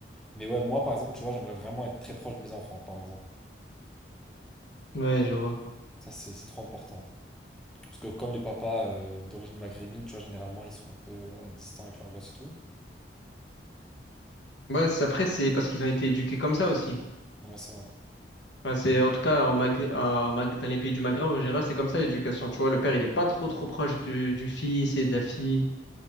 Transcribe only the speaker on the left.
Ouais, je vois.
Ouais, c'est- après, c'est parce qu'ils ont été éduqués comme ça aussi.
Enfin, c'est, en tout cas, au Mag- à- au Mag- dans les pays du Maghreb, en général, c'est comme ça l'éducation. Tu vois, le père, il est pas trop, trop proche du, du fils et de la fille.